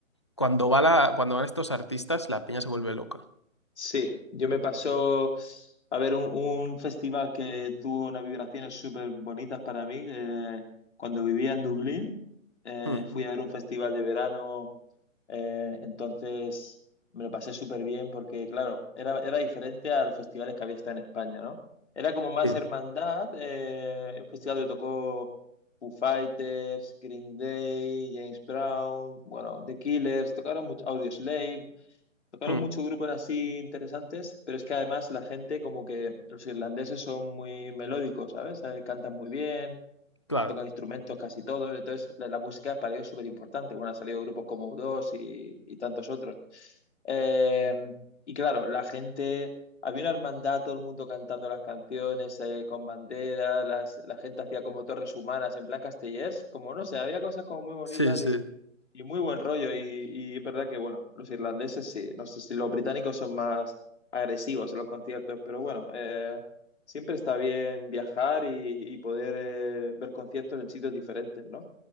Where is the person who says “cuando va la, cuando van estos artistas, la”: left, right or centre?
Left